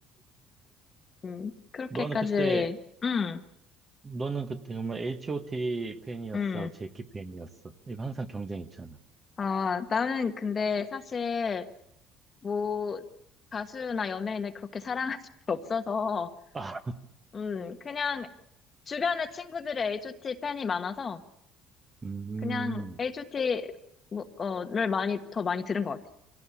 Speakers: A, on the left; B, on the right.
A: 음, 그렇게까지,
B: 너는 그때
A: 음,
B: 너는 그때 정말 H.O.T 팬이었어,
A: 음.
B: 제키 팬이었어. 이거 항상 경쟁 있잖아.
A: 아, 나는 근데 사실, 뭐, 가수나 연예인을 그렇게 사랑할 수 <laughs> 없어서,
B: 아,
A: 음, 그냥, 주변에 친구들이 H.O.T 팬이 많아서,
B: 음,
A: 그냥 H.O.T, 뭐, 어, 를 많이, 더 많이 들은 것 같아.